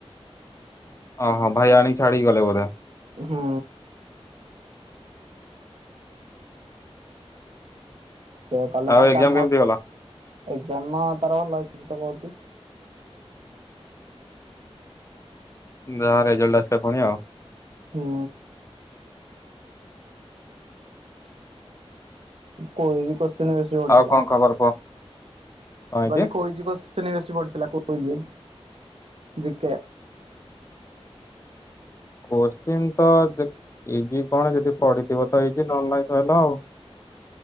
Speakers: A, on the left; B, on the right.
A: ଓହୋ ଭାଇ ଆଣିକୁ ଛାଡିିକି ଗଲେ ବୋଧେ।
B: ହୁଁ। ସେ କଲେ
A: ଆଉ
B: ତାର
A: ଏକ୍ଜାମ
B: କାମ
A: କେମିତି
B: ଅ
A: ଗଲା?
B: ଏକ୍ଜାମ ନା ତାର ଭଲ ହେଇ ଆଜି ତ ବାହରୁଛି।
A: ଯା ରେଜଲଟ ଆସିଲେ ପୁଣି ଆଉ।
B: ହୁଁ। କହୁଚି କସି ଶ୍ଚିନ ବେଶୀ ପଡ଼ିଥିଲା।
A: ଆଉ କଣ ଖବର କୁହ କଣ ହେଇଛି
B: ଗଲି କହୁଚି କୋସଚିନ ବେଶୀ ପଡିଥିଲା କଉଚି। G K.
A: କୋଶଚିିନ ତ ଦେ ଇଜି କଣ ଯଦି ପଢିଥିବ ତ ଇଜି ନହେଲେ ନାଇଁ ସରଲା ଆଉ।